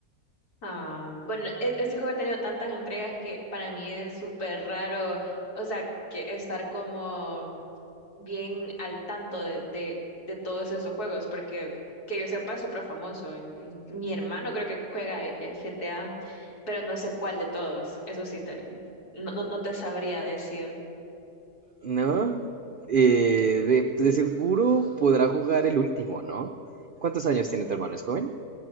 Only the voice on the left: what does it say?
Ah, bueno, e- ese juego ha tenido tantas entregas que para mí es súper raro, o sea, que estar como bien al tanto de, de, de todos esos juegos, porque que yo sepa es súper famoso. Mi hermano creo que juega e- el GTA, pero no sé cuál de todos, eso sí, te, no, no no te sabría decir.